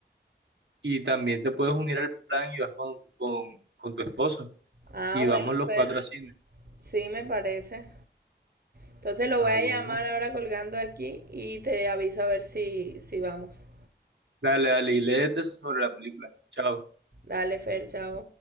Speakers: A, on the right; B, on the right.
A: Y también te puedes unir al plan y vas con, con, con tu esposo.
B: Ah,
A: Y
B: bueno,
A: vamos los
B: Fer.
A: cuatro a cine.
B: Sí, me parece. Entonces lo
A: Ah,
B: voy a
A: bueno.
B: llamar ahora colgando aquí y te aviso a ver si, si vamos.
A: Dale, dale, y léete sobre la película. Chao.
B: Dale, Fer, chao.